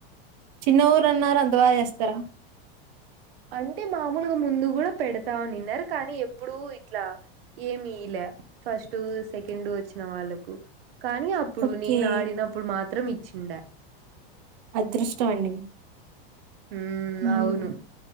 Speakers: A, on the right (about 45°); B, on the right (about 70°).
A: చిన్న ఊరు అన్నారు అంత బాగా చేస్తారా
B: అంటే మామూలుగా ముందు కూడా పెడతా అనిన్నారు కానీ ఎప్పుడు ఇట్లా ఏమీ ఇయాల ఫస్ట్ సెకండ్ వచ్చిన వాళ్ళలకు కానీ అప్పుడు
A: ఓకే
B: నేను ఆడినప్పుడు మాత్రం ఇచ్చిండ
A: అదృష్టం అండి
B: హుమ్
A: హ్మ్
B: అవును